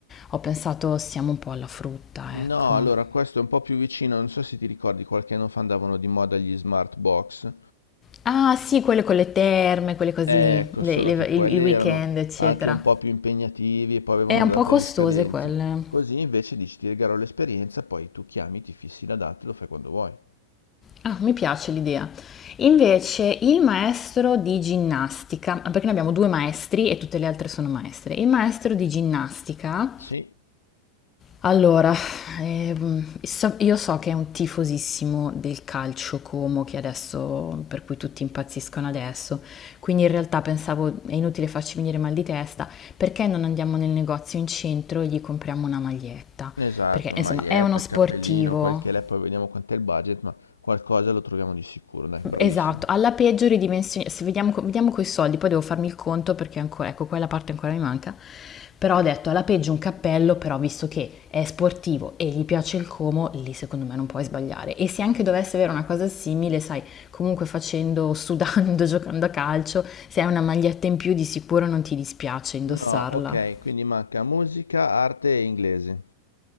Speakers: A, on the left; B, on the left.
A: ho pensato siamo un po' alla frutta,
B: No,
A: ecco.
B: allora questo è un po' più vicino, non so se ti ricordi, qualche anno fa andavano di moda gli smart box.
A: Ah, sì, quelle con le terme, quelle cose
B: Eh,
A: lì,
B: Ecco,
A: le-
B: solo
A: le-
B: che
A: i,
B: quelli
A: i
B: erano
A: weekend, eccetera.
B: anche un po' più impegnativi e poi avevano
A: È un
B: una data
A: po' costose
B: di scadenza.
A: quelle.
B: Così invece dici ti regalo l'esperienza, poi tu chiami, ti fissi la data e lo fai quando vuoi.
A: Ah, mi piace l'idea. Invece, il maestro di ginnastica, ah, perché noi abbiamo due maestri e tutte le altre sono maestre. Il maestro di ginnastica
B: Sì,
A: Allora, ehm, so- io so che è un tifosissimo del calcio Como, che adesso, per cui tutti impazziscono adesso, quindi in realtà pensavo è inutile farci venire mal di testa, perché non andiamo nel negozio in centro e gli compriamo una maglietta?
B: esatto,
A: Perché
B: maglietta,
A: insomma è uno sportivo,
B: cappellino, quel che l'è, poi vediamo quant'è il budget, ma qualcosa lo troviamo di sicuro, dai, bravissimo.
A: Esatto, alla peggio ridimensioni se vediamo, co- vediamo coi soldi, poi devo farmi il conto perché ancora, ecco, quella parte ancora mi manca. Però ho detto, alla peggio un cappello, però visto che è sportivo e gli piace il Como, lì secondo me non puoi sbagliare. E se anche dovesse avere una cosa simile, sai, comunque facendo, <laughs> sudando, giocando a calcio, se hai una maglietta in più di sicuro non ti dispiace indossarla.
B: No, ok, quindi manca musica, arte e inglese.